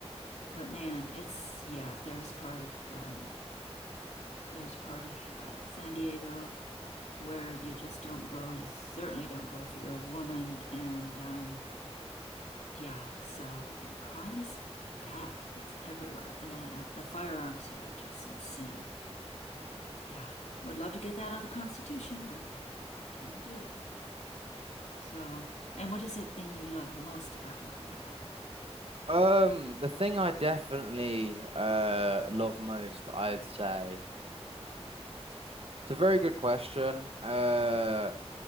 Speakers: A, on the left (about 85°); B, on the right (about 60°).
A: But man, it's yeah, there's part of um, there's part of uh, San Diego where you just don't go. You certainly don't go if you're a woman. And um, yeah, so you know, crime is bad. It's everywhere. And I, I, the firearms here are just insane. Yeah, would love to get that out of the Constitution, but can't do it. So, and what is the thing you love most about where we are?
B: Um, the thing I definitely uh love most, I'd say. It's a very good question. Uh